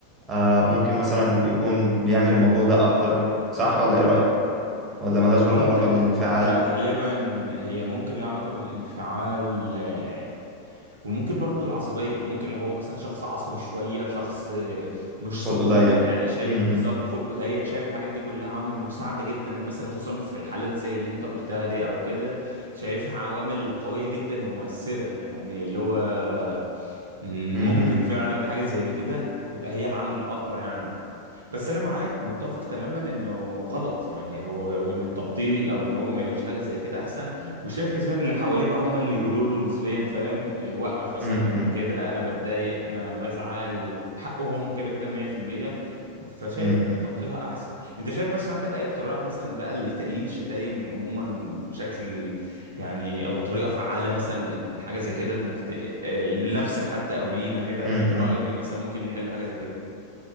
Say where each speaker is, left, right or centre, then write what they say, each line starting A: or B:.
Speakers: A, on the right (about 20°); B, on the right (about 70°).
A: آه، ممكن مثلا يكون بيعمل الموضوع ده أكتر صح ولا إيه رأيك؟ ولا ملهاش
B: ممكن
A: برضو علاقة بالانفعال
B: لا غالبا هي ممكن لها علاقه بالانفعال آه، وممكن برضه العصبية يعني ممكن لو هو مثلا شخص عصبي شوية شخص آه، مش
A: خلقه
B: صبور
A: ضيق
B: يعني شايف
A: م-
B: بالظبط
A: م-
B: خلقه ضيق شايف الحاجات دي كلها عوامل مساعدة جدا مثلا خصوصا في الحالات زي اللي انت قلتها دي او كده شايفها عوامل قوية جدا ومؤثرة يعني اللي هو مم،
A: م-
B: ممكن
A: م-
B: فعلا حاجة زي كده يبقى هي العامل الأقوى يعني بس انا معاك ومتفق تماما انه غلط يعني هو وان التبطيل او ان هو ما يقولش حاجه زي كده احسن وشايف نسبيا اللي حواليه بقى هم اللي يقولوا له نسبيا فاهم إيه، وقف مثلا
A: م-
B: كده انا بتضايق انا بزعل حقهم كده كده 100% فشايف
A: م-
B: تبطيلها
A: م-
B: احسن انت شايف مثلا عندك اي اقتراح مثلا بقى لتقليل الشتايم عموما بشكل يعني او طريقه فعاله مثلا ل- لحاجه زي كده انك ت... آه، لنفسك حتى او لينا كده
A: م-
B: رايك
A: م-
B: ايه مثلا ممكن يحل حاجه زي كده